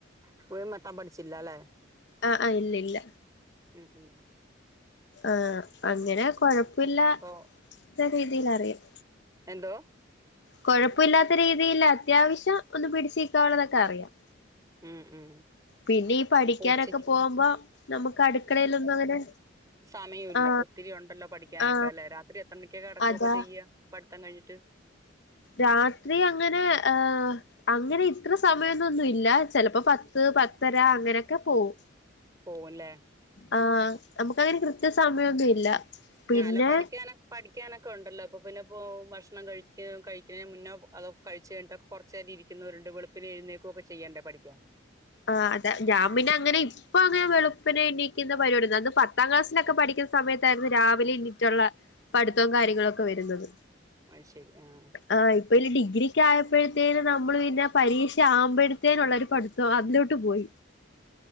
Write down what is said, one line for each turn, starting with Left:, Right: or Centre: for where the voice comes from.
Right: ഇപ്പഴും വെട്ടാൻ പഠിച്ചില്ലല്ലേ
Left: ആഹ് ആഹ് ഇല്ല ഇല്ല
Right: ഉം ഉം
Left: ആഹ് അങ്ങനെ കൊഴപ്പില്ലത്ത
Right: ഇപ്പൊ
Left: രീതിൽ അറിയാം
Right: എന്തോ
Left: കൊഴപ്പല്ലാത്ത രീതിയിൽ അത്യാവശ്യം ഒന്ന് പിടിച് നി ക്കാനുള്ളതൊക്കെ അറിയാം
Right: ഉം ഉം
Left: പിന്നെ ഈ പഠിക്കാനൊക്കെ
Right: ഇപ്പൊ ഉച്ചക്ക്
Left: പോവു മ്പോ നമക്ക് അടുക്കളെലൊന്നും അങ്ങനെ
Right: സമയൊല്ല
Left: ആ
Right: ഒത്തിരി ഉണ്ടല്ലോ പഠിക്കാനൊക്കെ
Left: ആ
Right: ല്ലെ രാത്രി എത്ര മണിക്ക കെടക്കൊക്കെ
Left: അതാ
Right: ചെയ്യ പഠിത്തം കഴ്ഞ്ഞിട്ട്
Left: രാത്രി അങ്ങനെ ഏഹ് അങ്ങനെ ഇത്ര സമയൊന്നൊന്നും ഇല്ല ചിലപ്പോ പത്ത് പത്തര അങ്ങനെയൊക്കെ പോവും
Right: പോകുംല്ലേ
Left: ആഹ് നമുക്കങ്ങനെ കൃത്യ സമയൊന്നും ഇല്ല പിന്നെ
Right: ഞാ അല്ല പഠിക്കാണോ പഠിക്കാനൊക്കെ ഒണ്ടല്ലോ അപ്പൊ പിന്നെ ഇപ്പോ ഭക്ഷണം കഴിക്ക കഴിക്കണേന്റെ മുന്നോ അതോ കഴിച്ച് കഴിഞ്ഞിട്ടോ കൊറച്ച് നേരം ഇരിക്കുന്നോരുണ്ട് വെളുപ്പിനെ എഴുന്നേക്കുവൊക്കെ ചെയ്യണ്ടേ പഠിക്കാൻ
Left: ആഹ് അതാ ഞാൻ പിന്നെ അങ്ങനെ ഇ പ്പൊ അങ്ങനെ വെളുപ്പിനെ എണീക്കുന്ന പരിപാടി ഒന്നുവില്ല അന്ന് പത്താം ക്ലാസിലൊക്കെ പഠിക്കുന്ന സമയത്തായിരുന്നു രാവിലെ എണീറ്റൊള്ളെ പഠിത്തവും കാര്യങ്ങളൊക്കെ വരുന്നത്
Right: അത് ശരി ആഹ്
Left: ആഹ് ഇപ്പൊ പിന്നെ ഡിഗ്രിക്ക് ആയപ്പോഴത്തേനും നമ്മള് പിന്നെ പരീക്ഷ ആവുമ്പോഴത്തേനും ഉള്ളൊരു പഠി ഓ അതിലോട്ട് പോയി